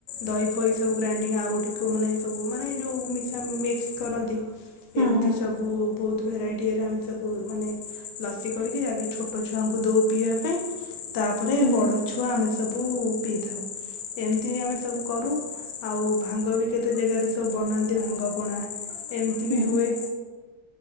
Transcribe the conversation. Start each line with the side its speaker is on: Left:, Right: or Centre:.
Left: ଦହି ଫହି ସବୁ ଗ୍ରାଇଡିଙ୍ଗ ଆଉ ଗୋଟକୁ ମାନେ ସବୁ ମାନେ ଯେଉଁ ମିକ୍ସ କରନ୍ତି
Right: ହୁଁ
Left: ଏମିତି
Right: ହୁଁ
Left: ସବୁ ବହୁତ ଭେରାଇଟିରେ ଆମେ ସବୁ ଲସି କରିକି ଆଗେ ଛୋଟ ଛୁଆଙ୍କୁ ଦଉ ପିଇବା ପାଇଁ ତାପରେ
Right: ହୁଁ
Left: ବଡ ଛୁଆ ଆମେ ସବୁ। ପିଇଥାଉ ଏମିତି ବି ଆମେ ସବୁ କରୁ ଆଉ ଭାଙ୍ଗ ବି କେତେ ଜେଗାରେ ସବୁ ବନାନ୍ତି ଭାଙ୍ଗ ପଣା। ଏମତି
Right: ହୁଁ।
Left: ବି ହୁଏ।